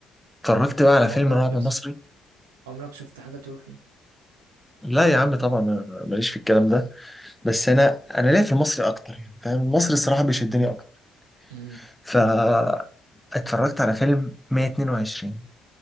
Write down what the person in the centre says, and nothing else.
اتفرجت بقى على فيلم
رعب
مصري
لا يا عم طبعا أنا ماليش في الكلام ده بس انا انا ليا في المصري اكتر يعني فاهم المصري الصراحه بيشدني اكتر
فاتفرجت على فيلم 122